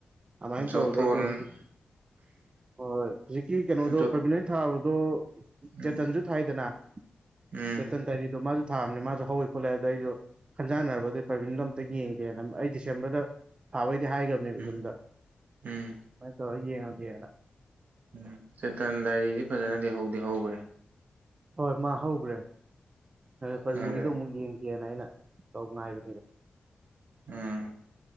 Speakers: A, on the right; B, on the right.
A: ꯑꯗꯨꯃꯥꯏꯅ
B: ꯎꯝ ꯖꯣꯇꯣꯟ
A: ꯇꯧꯕꯗꯩꯗꯣ ꯍꯧꯖꯤꯛ ꯍꯣꯏ ꯍꯣꯏ ꯍꯧꯖꯤꯛꯀꯤ ꯀꯩꯅꯣꯗꯣ
B: ꯖꯣ
A: ꯄ꯭ꯔꯕꯤꯟ ꯍꯣꯏ ꯊꯥꯕꯗꯣ
B: ꯎꯝ
A: ꯆꯦꯇꯟꯁꯨ ꯊꯥꯏꯗꯅ
B: ꯎꯝ
A: ꯆꯦꯇꯟ ꯗꯥꯢꯔꯤꯗꯣ ꯃꯥꯁꯨ ꯊꯥꯕꯅꯦ ꯃꯥꯁꯨ ꯍꯧꯏ ꯈꯣꯠꯂꯤ ꯍꯥꯢꯕꯗꯨꯗ ꯑꯩꯁꯨ ꯈꯟꯖꯥꯟꯅꯔꯕ ꯑꯗꯨꯢ ꯄ꯭ꯔꯥꯏꯕꯤꯟꯗꯣ ꯑꯝ ꯌꯦꯡ ꯑꯩ ꯗꯤꯁꯦꯝꯕꯔꯗ ꯊꯥꯕꯩꯗꯤ ꯍꯥꯏꯒ꯭ꯔꯕꯅꯦꯕ
B: ꯎꯝ
A: ꯌꯨꯝꯗ
B: ꯎꯝ
A: ꯑꯗꯨꯃꯥꯢ ꯇꯧꯔ ꯌꯦꯡꯉꯒꯦꯅ
B: ꯎꯝ ꯆꯦꯇꯟ ꯗꯥꯏꯔꯤꯗꯤ ꯐꯖꯅꯗꯤ ꯍꯧꯗꯤ ꯍꯧꯕꯅꯤ
A: ꯍꯣꯏ ꯃꯥ ꯍꯧꯈ꯭ꯔꯦ ꯄ꯭ꯔꯕꯤꯡꯒꯤꯗꯣ
B: ꯎꯝ
A: ꯑꯃꯨꯛ ꯌꯦꯡꯒꯦꯅ ꯑꯩꯅ ꯇꯧ ꯉꯥꯏꯕꯅꯤꯗ
B: ꯎꯝ